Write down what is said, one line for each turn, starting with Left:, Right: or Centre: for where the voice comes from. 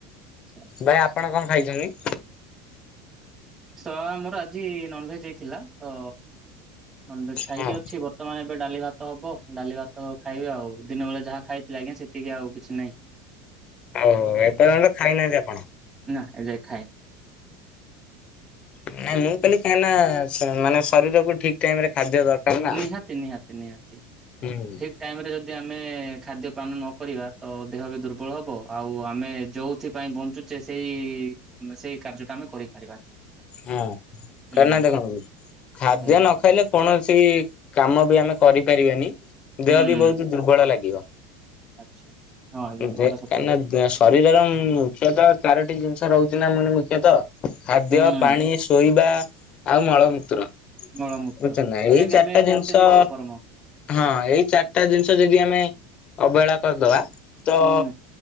Right: ଆଚ୍ଛା
Left: ଭାଇ
Right: ଆଚ୍ଛା
Left: ଆପଣ କଣ ଖାଇଛନ୍ତି?
Right: ଆମର ଆଜି ନନଭେଜ ଥିଲା ତ ନନଭେଜ ଖାଇକି
Left: ହଁ
Right: ଅଛି। ତ ମାନେ ଏବେ ଡାଲି ଭାତ ହବ ଡାଲି ଭାତ ଖାଇବେ ଆଉ ଦିନ ବେଳେ ଯାହା ଖାଇଥିଲେ ଆଜ୍ଞା ସେତିକି ଆଉ କିଛି ନାହିଁ
Left: ଓଉ ହୋ ଏପର୍ଯ୍ୟନ୍ତ ଖାଇନାହାନ୍ତି ଆପଣ?
Right: ନା ଏ ଯାଏ ଖାଇନି।
Left: ନାଇଁ ମୁଁ କାଲି କାହିଁ ନା ମାନେ ଶରୀରକୁ ଠିକ ଟାଇମ ରେ ଖାଦ୍ୟ ଦରକାର ନା।
Right: ନିହାତି ନିହାତି ନିହାତି
Left: ହଁ
Right: ଠିକ ଟାଇମରେ ଯଦି ଆମେ ଖାଦ୍ୟପାନ ନ କରିବା ତ ଦେହ ବି ଦୁର୍ବଳ ହେବ ଆଉ ଆମେ ଯେଉଁଥିପାଇଁ ବଞ୍ଚୁ ସେଇ ସେଇ କାର୍ଯ୍ୟଟା ଆମେ କରିପାରିବାନି।
Left: ହଁ
Right: ହୁଁ
Left: କରିନାହା
Right: ହୁଁ
Left: ତ କଣ ଖାଦ୍ୟ
Right: ଆଜ୍ଞା
Left: ନ ଖାଇଲେ କୌଣସି କାମ ବି ଆମେ କରିପାରିବାନି
Right: ହୁଁ
Left: ଦେହ ବି ବହୁତ ଦୁର୍ବଳ ଲାଗିବ।
Right: ଆଚ୍ଛା ହଁ ଆଜ୍ଞା ଏଇଟା
Left: ଦେ
Right: ତ ସତ
Left: କାହିଁକି
Right: କଥା
Left: ଶରୀରର ମୁଖ୍ୟତଃ ଚାରୋଟି ଜିନିଷ ରହୁଛି ନା ମାନେ ମୁଖ୍ୟତଃ ଖାଦ୍ୟ
Right: ହୁଁ
Left: ପାଣି ଶୋଇବା ଆଉ ମଳ ମୂତ୍ର।
Right: ମଳମୂତ୍ର
Left: ବୁଝ ନା
Right: ଯୋଉଟା
Left: ଏଇ
Right: କି
Left: ଚାରିଟା
Right: ଆମେ କହୁଛେ
Left: ଜିନିଷ
Right: ନିତ୍ୟ କର୍ମ।
Left: ହଁ ଏଇ ଚାରିଟା ଜିନିଷ ଯଦି ଆମେ ଅବହେଳା କରିଦବା ତ
Right: ହୁଁ